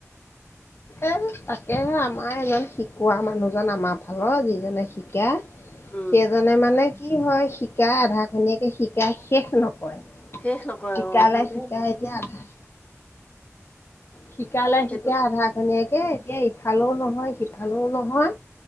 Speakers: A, on the left; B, on the left.
A: এ, তাকেহে আমাৰ এজন শিকোৱা মানুহজন, আমাৰ ফালৰ যিজনে শিকাই
B: উম
A: সেইজনে মানে, কি হয় শিকাই আধাখনিয়াকে শিকাই শেষ নকৰে।
B: শেষ নকৰে
A: শিকালে
B: অ সেইটোহে
A: শিকা
B: দিগদাৰ
A: এতিয়া আধা শিকালে
B: সেইটো
A: শিকাই আধাখনীয়াকে এতিয়া ইফালেও নহয় সিফালেও নহয়।